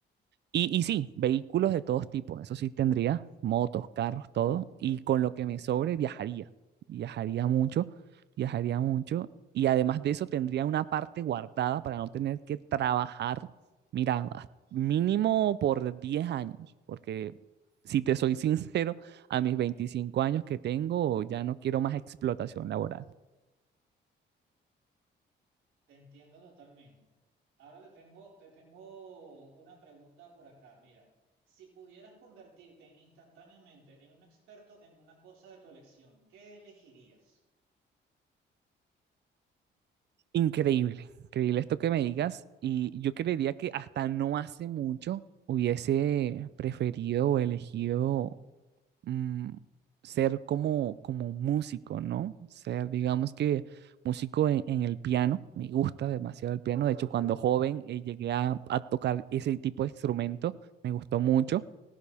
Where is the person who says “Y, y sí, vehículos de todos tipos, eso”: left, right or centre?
Right